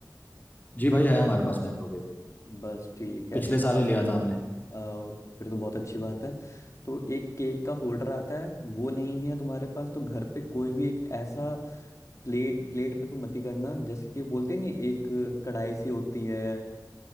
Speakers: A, on the left; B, on the left.
A: जी भाई है हमारे पास माइक्रोवेव
B: बस ठीक है
A: पिछले साल
B: अब
A: ही लिया था हमने
B: अ, फिर तो बहुत अच्छी बात है तो एक केक का होल्डर आता है वो नहीं है तुम्हारे पास तो घर पे कोई भी एक ऐसा प्लेट प्लेट पे तो मत ही करना जैसे कि बोलते नहीं एक कढ़ाई सी होती है